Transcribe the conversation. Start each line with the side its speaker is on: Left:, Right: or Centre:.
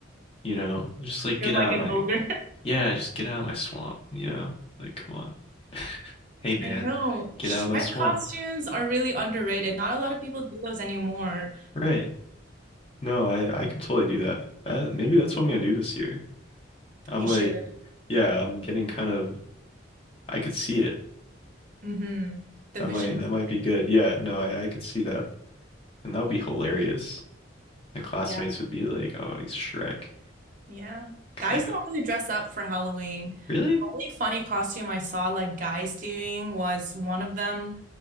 Left: You know, just like get
Right: You're like
Left: out of
Right: an
Left: my,
Right: ogre.
Left: yeah, just get out of my swamp, you know? Like, come on. <laughs>
Right: <laughs>
Left: Hey man,
Right: I know.
Left: get
Right: Shrek
Left: out of my swamp.
Right: costumes are really underrated. Not a lot of people do those anymore.
Left: Right. No, I I could totally do that. That maybe that's what I'm gonna do this year. I'm
Right: You
Left: like,
Right: should.
Left: yeah, I'm getting kind of I could see it.
Right: hmm The
Left: That
Right: vision
Left: might that
Right: is
Left: might be
Right: there.
Left: good. Yeah, no, I I could see that. And that would be hilarious. My classmates
Right: Yeah.
Left: would be like, "Oh, he's Shrek."
Right: Yeah.
Left: 'Cause
Right: Guys
Left: I
Right: don't really dress up for Halloween.
Left: really
Right: The only funny costume I saw like guys doing was one of them